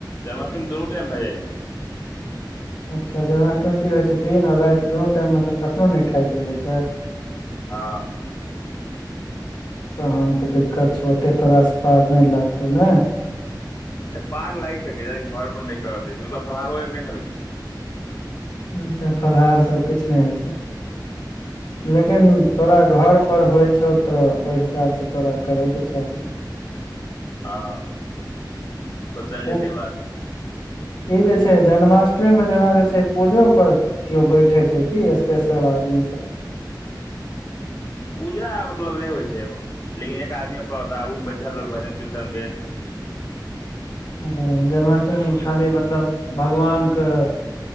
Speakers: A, on the left; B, on the left.
A: जन्माष्टमी दुनू टाइम भए जाइ छै
B: अच्छा जन्माष्टमी की होइ छै दिन आ राईत दुनू टाइम मे स कखनहु नय खायके रहै छै
A: हँ
B: तहन तऽ दिक्कत छौ ओते तोरास पार नय लागतौ ने
A: पार लाइग सकैय <unintelligible> घर पर नय कर दै छै मतलब फलहारो नय ने होइ छै किछु
B: अच्छा फलाहार सब किछ नइ होइ छै लेकिन तोरा
A: नहि
B: घर पर होइ छौ तऽ ओइ हिसाब से तोरा करे के चाही
A: हँ सोचल
B: ओ
A: जेतै बाद
B: ई जे छै जन्माष्टमी मे जेना जे छै पूजो पर केओ बैठे छै की स्पेशल आदमी सब
A: पूजा मतलब नइ होइ छै ऐम लेकिन एक आदमी अपन आगूमे बैठल रहल भजन कीर्तन भेल
B: अच्छा जन्माष्टमीमे
A: ई
B: खाली मतलब भगवान कऽ